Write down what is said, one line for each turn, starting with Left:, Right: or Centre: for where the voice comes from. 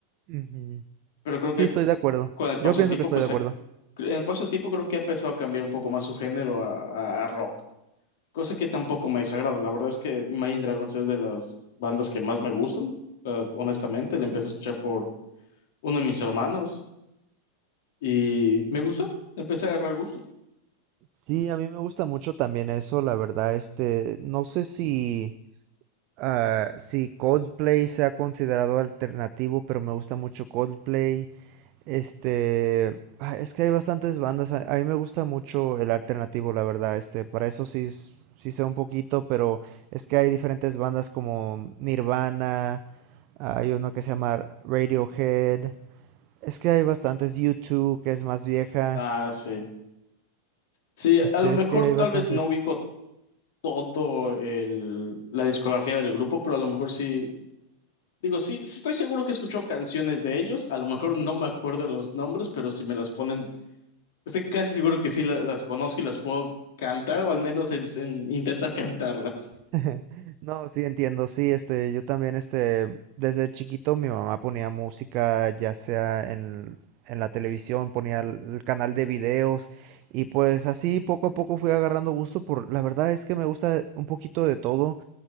Right: Ujú.
Left: pero creo que
Right: Sí, estoy de acuerdo.
Left: con el
Right: Yo
Left: paso
Right: pienso
Left: del tiempo,
Right: que estoy
Left: pues
Right: de acuerdo.
Left: ha- en el paso del tiempo creo que ha empezado a cambiar un poco más su género a, a- a rock, cosa que tampoco me desagrada. La verdad es que Imagine Dragons es de las bandas que más me gustan, eh, honestamente, la empecé a escuchar por uno de mis hermanos y me gustó, empecé a agarrar gusto.
Right: Sí, a mí me gusta mucho también eso, la verdad, este, no sé si Ah, sí, Coldplay se ha considerado alternativo, pero me gusta mucho Coldplay. Este, ah, es que hay bastantes bandas. A, a mí me gusta mucho el alternativo, la verdad. Este, para eso sí, s- sí sé un poquito, pero es que hay diferentes bandas como Nirvana, hay uno que se llama Radiohead. Es que hay bastantes. U2, que es más vieja.
Left: Ah, sí. Sí,
Right: Este,
Left: a lo mejor
Right: es que hay
Left: tal
Right: bastantes.
Left: vez no ubico todo el, la discografía del grupo, pero a lo mejor sí, digo, sí, sí estoy seguro que escucho canciones de ellos, a lo mejor no me acuerdo de los nombres, pero si me las ponen, estoy casi seguro que sí la- las, conozco y las puedo cantar, o al menos en- en intentar cantarlas.
Right: <laughs> No, sí entiendo, sí, este, yo también, este, desde chiquito mi mamá ponía música, ya sea en, en la televisión, ponía el, el canal de videos, y pues así poco a poco fui agarrando gusto por, la verdad es que me gusta un poquito de todo,